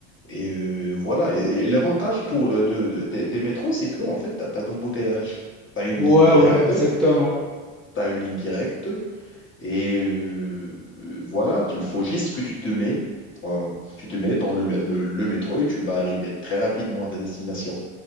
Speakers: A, on the left; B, in the centre.
A: Et euh, voilà. Et, et l'avantage pour euh, de- de- des des métros, c'est que en fait, t'as pas d'embouteillage. T'as une ligne
B: Ouais,
A: directe.
B: ouais, exactement.
A: T'as une ligne directe. Et euh, euh, voilà, il faut juste que tu te mets, euh, tu te mets dans le, mé- le, le métro et tu vas arriver très rapidement à ta destination.